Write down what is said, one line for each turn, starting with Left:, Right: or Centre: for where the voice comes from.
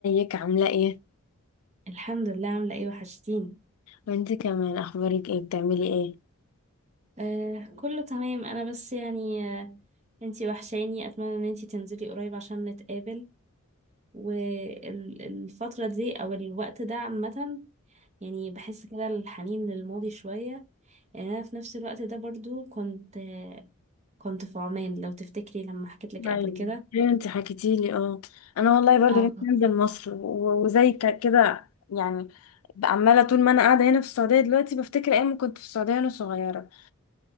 Left: ازيك عاملة ايه؟
Right: الحمد لله عاملة ايه وحشتيني
Left: وانت كمان اخبارك ايه بتعملي ايه؟
Right: آه كله تمام انا بس يعني آه انتي وحشاني اتمنى ان انتي تنزلي قريب عشان نتقابل والفترة دي او الوقت ده عامة يعني بحس كده الحنين للماضي شوية يعني انا في نفس الوقت ده برضو كنت آه كنت في عمان لو تفتكري لما حكيت لك
Left: ايوه
Right: قبل كده
Left: ايوه انت حكيتي لي اه انا والله برضو
Right: اه
Left: نفسي انزل مصر و- وزي ك- كده يعني بقى عمالة طول ما انا قاعدة هنا في السعودية دلوقتي بفتكر ايام ما كنت في السعودية وانا صغيرة